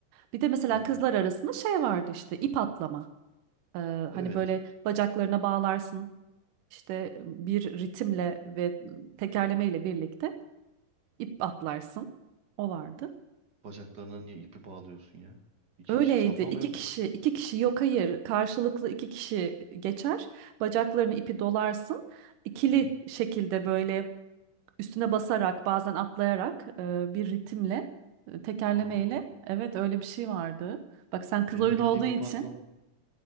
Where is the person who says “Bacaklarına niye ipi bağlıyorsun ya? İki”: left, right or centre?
Right